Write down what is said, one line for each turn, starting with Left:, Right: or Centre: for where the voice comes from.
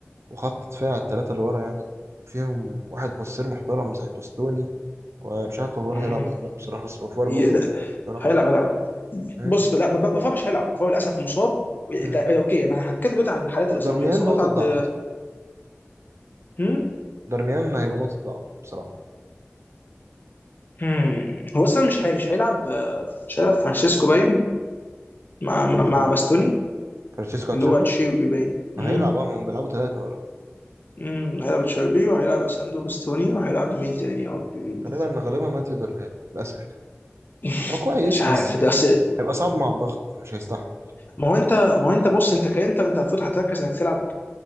Right: وخط دفاع الثلاثه اللي ورا يعني فيهم واحد باسير محترم زي باستوني ومش عارف بافوار
Left: مم.
Right: هيلعب ولا لا بصراحه بس بافوار
Left: ي-
Right: برضه
Left: لا،
Right: بصير محترم
Left: هيلعب هيلعب
Right: مم.
Left: بص لا ب- بافا مش هيلعب بافا للاسف مصاب إت-
Right: مم.
Left: اوكي ما هنتكلم دلوقتي عن الحالات الاصابيه
Right: دارميان
Left: الاصابات
Right: نقطه
Left: عند
Right: ضعف الصراحه
Left: هم؟
Right: دارميان هيبقى نقطه ضعف بصراحه
Left: هم. هو اصلا مش هي... مش هيلعب مش هيلعب فرانشيسكو باين مع مع
Right: مين
Left: مع
Right: فرانشيسكو
Left: باستوني
Right: فرانشيسكو اتشيربي
Left: اللي هو تشيربي باين
Right: ما
Left: هم؟
Right: هيلعب اه ما هم بيلعبوا ثلاثه ورا
Left: هم. هيلعب تشيربي وهيلعب اساندو باستوني وهيلعب مين تاني يا ربي؟
Right: غالبا غالبا ماتيو دارميان للاسف يعني
Left: <laughs>
Right: هو كويس
Left: مش عارف
Right: بس
Left: ده أصل-
Right: هيبقى صعب مع الضغط مش هيستحمل
Left: ما هو انت ما هو انت بص انت كانت انت المفروض هتركز انك تلعب